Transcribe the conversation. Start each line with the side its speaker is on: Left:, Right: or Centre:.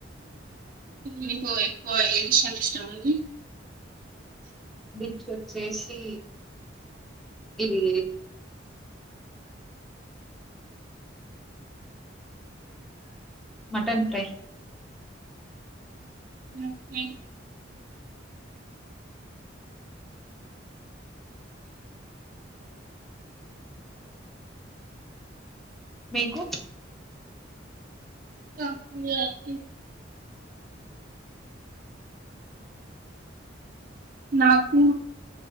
Right: మీకు ఎక్కువ ఏడిషన్ ఇష్టం అది
Centre: బిచ్ వచ్చేసి ఇది మటన్ ఫ్రై
Right: చికెన్
Centre: మీకు
Right: చప్ప ఇ నాకు